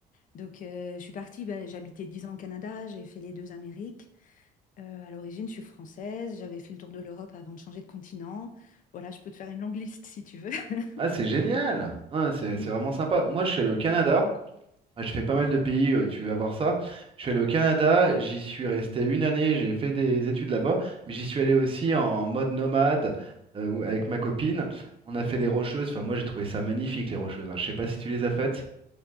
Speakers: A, on the left; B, on the right.
A: Donc euh, je suis partie, ben, j'habitais 10 ans au Canada, j'ai fait les deux Amériques. Euh, à l'origine je suis française, j'avais fait le tour de l'Europe avant de changer de continent. Voilà, je peux te faire une longue liste si tu veux. <laughs>
B: Ah, c'est génial! Ah, c'est
A: Mm.
B: c'est vraiment sympa. Moi, je suis allé au Canada. Ah, je fais pas mal de pays, euh, tu vas voir ça. Je suis allé au Canada, j'y suis resté une année, j'ai fait des études là-bas, mais j'y suis allé aussi en mode nomade euh, ou- avec ma copine. On a fait les Rocheuses. Enfin, moi, j'ai trouvé ça magnifique, les Rocheuses. hein. Je sais pas si tu les as faites,